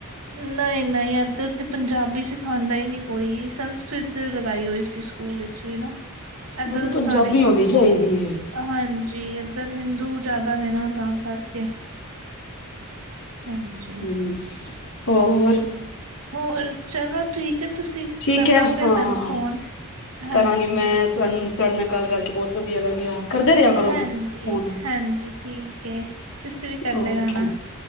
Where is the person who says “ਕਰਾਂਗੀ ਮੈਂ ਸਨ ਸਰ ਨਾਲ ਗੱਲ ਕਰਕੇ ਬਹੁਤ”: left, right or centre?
Left